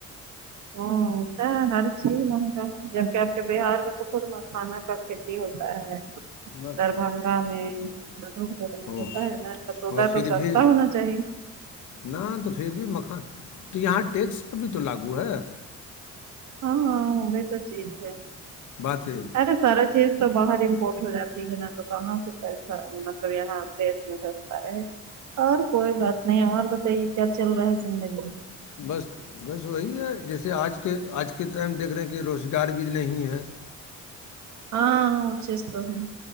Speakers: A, on the right (about 70°); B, on the left (about 70°).
A: او ا نرچی لوگا کیا آپ کے بہار میں تو خود مکھانا کا کھیتی ہوتا ہے
B: نہ
A: دربھنگہ
B: تو
A: میں م گھر میں
B: وہ
A: ہوتا ہے نا تو تودا
B: مگر پھر
A: تو سستا
B: بھی
A: ہونا چاہیے
B: نہ تو پھر بھی مکھان تو یہاں ٹیکس پر بھی تو لاگو ہے
A: ہاں ہاں ہو گئی تو چیز ہے
B: بات یہ
A: ارے سارا چیز تو باہر امپورٹ ہو جاتی ہے نا تو کہاں سے پیسہ مطلب یہاں دیش میں س رہے اور کوئی بات نہیں اور بتائیے کیا چل رہا ہے زندگی میں
B: بس بس وہی ہے جیسے آج کے آج کے ٹائم دیکھ رہے ہیں کہ روزگار بھی نہیں ہے
A: ہاںاں چیست ہیں